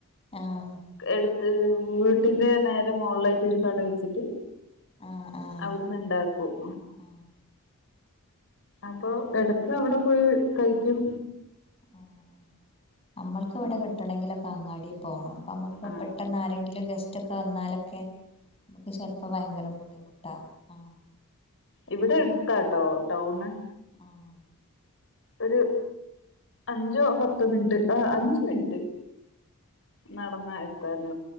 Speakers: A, on the left; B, on the left.
A: ആഹ്
B: എടുത്ത് വീട്ടിന്റെ നേര മുകളിലായിട്ട് ഒരു കട വെച്ചിട്ട്
A: ആഹ് ആഹ്
B: അവിടുന്ന് ഇണ്ടാക്കും
A: ആഹ്
B: അപ്പൊ എട അവിടെ പോയി കഴിക്കും
A: ആഹ് നമ്മൾക്ക് ഇവിടെ
B: ഉം.
A: കിട്ടണങ്കിലൊക്കെ അങ്ങാടി പോകണം പ് നമക്ക്
B: ആ
A: പെട്ടെന്ന് ആരെങ്കിലുംഗെസ് റ്റൊക്കെ വന്നാലൊക്കെ നമുക്ക് ചിലപ്പോ ഭയങ്കര ബുദ്ധിമുട്ടാ ആ
B: ഇവിടെ എടുത്താട്ടോ ടൗണ്
A: ആഹ്
B: ഒരു അഞ്ചോ പത്തോ മിനിറ്റ് ആ അഞ്ച് മിനിറ്റ് നടന്ന എത്താന